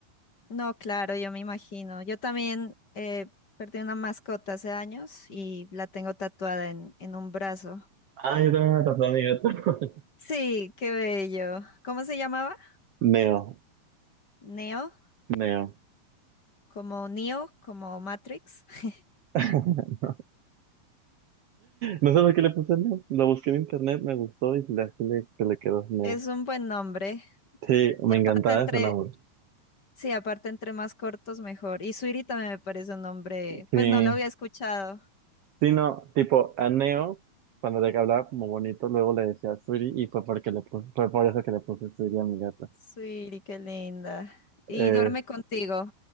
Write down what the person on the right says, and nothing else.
Ay, yo también me atrapó a mi gato. <laughs>
Neo,
Neo.
<laughs> No sé por qué le puse Neo, lo busqué en internet, me gustó y así le, se le quedó Neo.
Sí, me
encantaba
ese nombre.
Sí,
Sí, no, tipo, a Neo, cuando le hablaba como bonito, luego le decía Suri y fue porque le puse- fue por eso que le puse Suri a mi gata.
Eh,